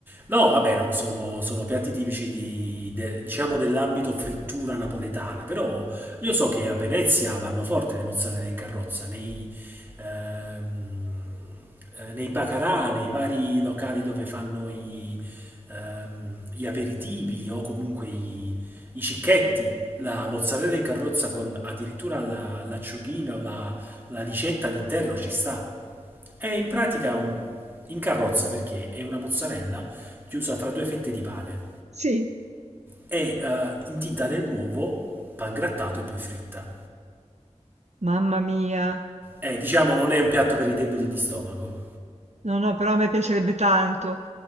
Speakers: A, on the right (about 15°); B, on the right (about 65°).
A: No, vabbè, no, sono, sono piatti tipici di- de- diciamo dell'ambito frittura napoletana, però io so che a Venezia vanno forte le mozzarelle in carrozza, nei, ehm, eh, nei baccarà, nei vari locali dove fanno i, ehm, gli aperitivi o comunque i, i cicchetti, la mozzarella in carrozza con addirittura la- l'acciughina o la, la ricetta all'interno ci sta. È in pratica un- in carrozza perché è una mozzarella chiusa tra due fette di pane.
B: Sì.
A: È eh, intinta nell'uovo, pan grattato e poi fritta.
B: Mamma mia.
A: Eh, diciamo non è un piatto per i deboli di stomaco.
B: No, no, però a me piacerebbe tanto.